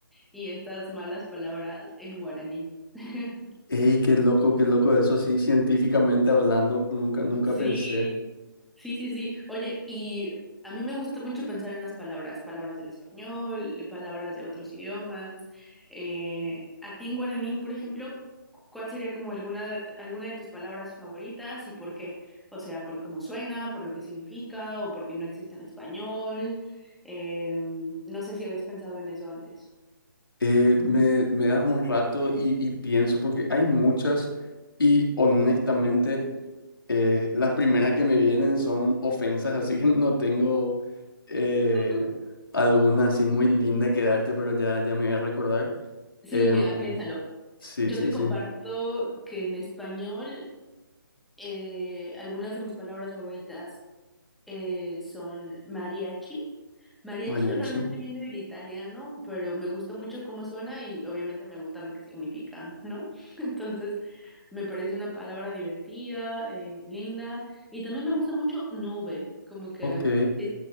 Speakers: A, in the centre; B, on the left (about 75°).
A: y estas malas palabras en guaraní. <laughs>
B: Ey, qué loco, qué loco eso, así científicamente hablando, nunca, nunca
A: Sí,
B: pensé.
A: sí, sí, sí. Oye, y a mí me gusta mucho pensar en las palabras, palabras del español, palabras de otros idiomas. Eh, a ti en guaraní, por ejemplo, ¿cuál sería como alguna, de- alguna de tus palabras favoritas y por qué? O sea, por cómo suena, por lo que significa o porque no existe en español. Eh, no sé si habías pensado en eso antes.
B: Eh, me, me das un rato y, y pienso, porque hay muchas y honestamente eh, las primeras que me vienen son ofensas, <laughs> así que no tengo eh,
A: <laughs>
B: alguna así muy linda que darte, pero ya, ya me voy a recordar.
A: Sí,
B: Em,
A: mira, piénsalo.
B: sí,
A: Yo
B: sí,
A: te comparto
B: sí.
A: que en español eh, algunas de mis palabras favoritas eh, son mariachi. Mariachi
B: Mariachi.
A: realmente viene del italiano, pero me gusta mucho cómo suena y obviamente me gusta lo que significa, ¿no? <laughs> Entonces, me parece una palabra divertida, eh, linda, y también me gusta mucho nube, como que
B: Ok,
A: es-